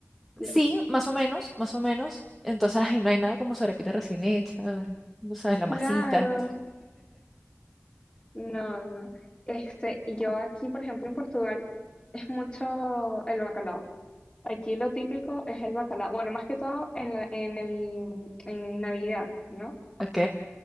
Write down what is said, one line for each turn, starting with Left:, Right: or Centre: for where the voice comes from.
Left: L-
Centre: Sí, más o menos, más o menos. Entonces, ay, no hay nada como sobrepita recién hecha, no sabes, la
Left: claro,
Centre: masita.
Left: no, no. Este, yo aquí, por ejemplo, en Portugal, es mucho el bacalao. Aquí lo típico es el bacalao. Bueno, más que todo en la- en el, en Navidad, ¿no?
Centre: Ok,